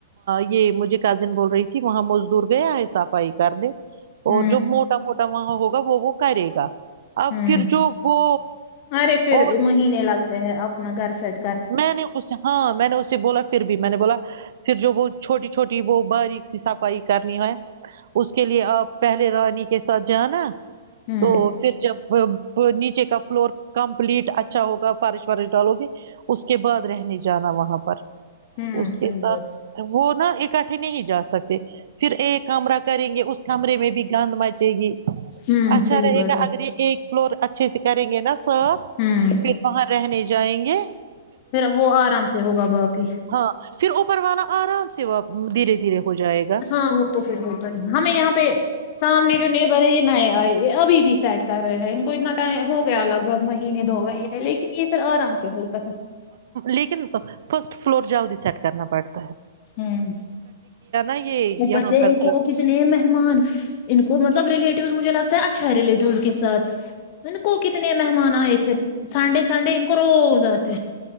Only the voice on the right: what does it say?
یہ مجھے کازن بول رہی تھی وہاں مزدور گیا ہے صفائی کرنے اور
جو موٹا موٹا وہاں ہوگا وہ وہ کرے گا اب
پھر جو وہ
اور
میں نے اس ہاں میں نے اسے بولا پھر بھی میں نے بولا پھر جو وہ چھوٹی چھوٹی وہ باریک سی صفائی کرنی ہے اس کے لیے آپ پہلے رانی کے ساتھ ج نا
تو پھر جب نیچے کا فلور کمپلیٹ اچھا ہوگا فارش وارش ڈالو گی اس کے بعد رہنے جانا وہاں پر
اس کے
ساتھ
وہ نا ایک کٹے نہیں جا سکتے پھر ایک کمرہ کریں گے اس کمرے میں بھی گند مچے گی
اچھا
رہے
گا
اگر یہ ایک فلور اچھے سے کریں گے نا سرب
پھر وہاں رہنے جائیں گے
ہاں پھر اوپر والا آرام سے وہ دھیرے دھیرے ہو جائے گا
لیکن فسٹ فلور جلد سیٹ کرنا پڑا
یہ
یہاں
پر
جب